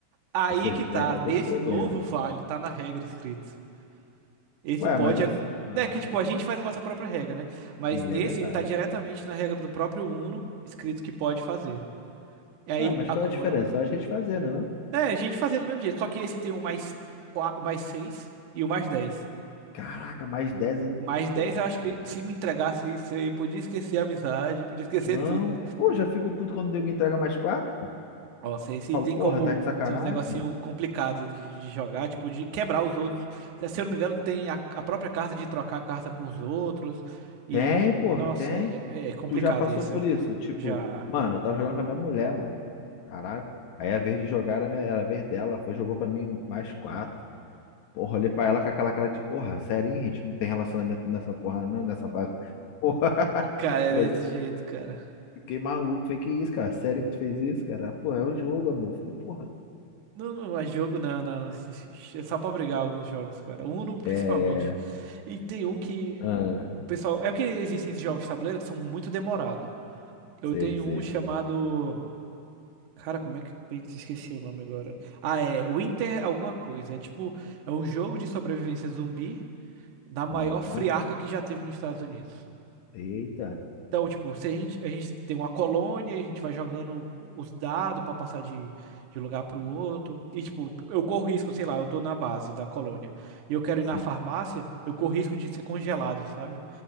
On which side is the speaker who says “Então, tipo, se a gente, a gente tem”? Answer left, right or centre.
Right